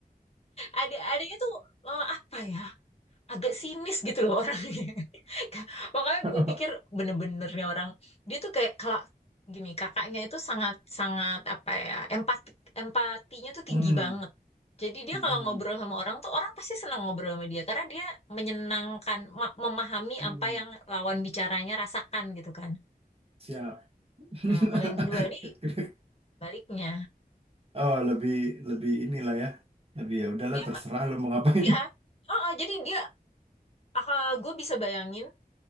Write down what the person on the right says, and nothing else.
<laughs>
hmm
hmm
hmm
siap <laughs>
oh lebih lebih inilah ya lebih ya udahlah
terserah lu mau ngapain